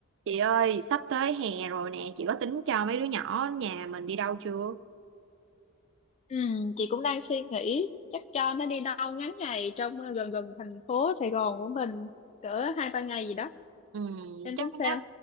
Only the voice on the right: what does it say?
Chị ơi, sắp tới hè rồi nè, chị có tính cho mấy đứa nhỏ nhà mình đi đâu chưa?
Ừ,
chắc
lắm.